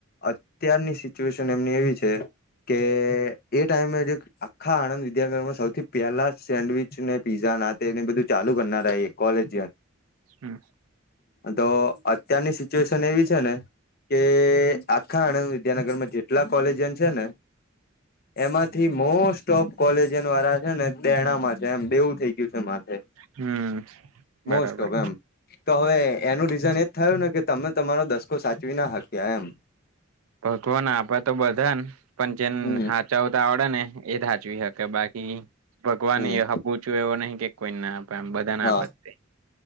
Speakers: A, on the left (about 45°); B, on the right (about 85°).
A: અત્યારની સુશન એમની એવી છે કે એ ટાઈમે જે આખા આણંદ વિદ્યાનગરમાં સૌથી પહેલા સેન્ડવીચ ને પીઝા નાને બધું ચાલુ કરનાર કોલેજ
B: હમ
A: તો અત્યારની સિચ્યુએશન એવી છે ને કે આખા આણંદ વિદ્યાનગરમાં જેટલા કોલેજન છે ને એમાંથી મોસ્ટ ઓફ કોલેજયન વાળા છે ને દેણામાં છે એમ બેેવું થઈ ગયું છે મારે
B: હમ બરાબર
A: મોસ્ટ ઓફ એમ તો હવે એનું રીઝન એજ થયું ને કે તમે તમારો દસકો સાચવી ના શક્યા એમ
B: ભવાને આપે તો બધાને પણ જેને
A: હમ
B: હાચાવ તો આવડે ને એ સાાચવી હકે બાકી ભગવાન
A: હમ
B: એ હ પૂછું એવો નહીિ કે કોઈ ના એબધન
A: હા
B: આપતે